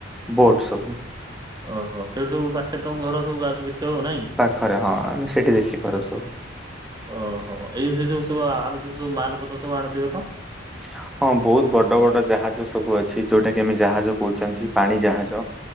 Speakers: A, in the centre; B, on the right.
A: ବୋଟ ସବୁ
B: ଓହୋ ସେଇଠି ସବୁ ପାଖରେ ତମ ଘର ସବୁ ଯାଉଚ ଦେଖିବାକୁ ନାଇଁ?
A: ପାଖରେ ହଁ ଆମେ ସେଇଠି ଦେଖିପାରୁ ସବୁ।
B: ଓହୋ ଏଇ ସେ ଯୋଉ ସବୁ ଆ ଆଣୁଚ ସବୁ ମାଲପତ୍ର ସବୁ ଆଣୁଥିବେତ?
A: <unintelligible> ହଁ ବହୁତ୍ ବଡ଼ ବଡ଼ ଜାହାଜ ସବୁ ଅଛି ଯୋଉଟା କି ଆମେ ଜାହାଜ କହୁଛନ୍ତି ପାଣି ଜାହାଜ।